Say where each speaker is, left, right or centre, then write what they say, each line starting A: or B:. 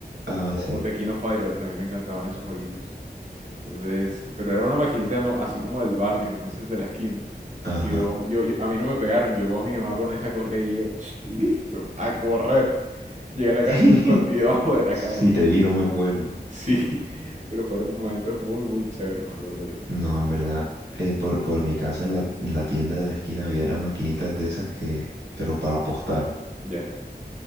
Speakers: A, on the right; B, on the right.
A: Ah,
B: o,
A: sí.
B: o Tekken Fighter que a mí me encantaban esos jueguitos. Entonces, pero era una maquinita no, así como del barrio, entonces de la esquina.
A: Ajá.
B: Y Yo, yo, yo- a mí no me pegaron, yo veo a mi mamá con esa correa y yo, "Ch, listo, a correr. Llegué a la
A: <laughs>
B: casa y me escondí <laughs> debajo de la
A: Si
B: cama.
A: te vi, no me acuerdo.
B: Sí, <laughs> pero fueron momentos muy, muy chéveres, me acuerdo yo.
A: No, en verdad, eh, por, por mi casa en la, en la tienda de la esquina había era maquinitas de esas que, pero para apostar.
B: Ya.